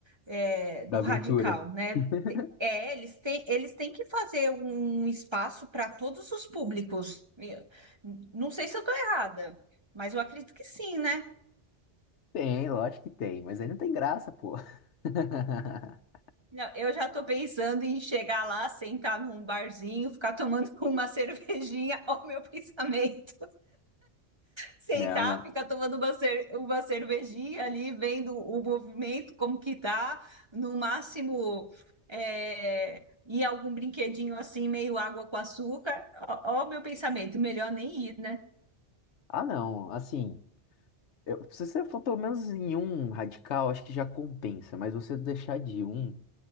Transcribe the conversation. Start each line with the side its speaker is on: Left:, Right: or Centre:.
Right: é,
Left: da
Right: do
Left: aventura.
Right: radical, né?
Left: <laughs>
Right: É, eles têm, eles têm que fazer um espaço para todos os públicos. Não sei se eu estou errada, mas eu acredito que sim, né?
Left: Tem, lógico que tem, mas aí não tem graça, pô. <laughs>
Right: Não, eu já tô pensando em chegar lá, sentar num barzinho, ficar tomando <laughs> uma cervejinha, ó, o meu pensamento. Sentar,
Left: Não, não.
Right: ficar tomando uma, cer- uma cervejinha ali, vendo o movimento, como que tá. No máximo, é, ir a algum brinquedinho assim, meio água com açúcar. Ó, ó o meu pensamento, melhor nem ir, né?
Left: Ah, não, assim, eu- se você for pelo menos em um radical, acho que já compensa, mas você deixar de ir um.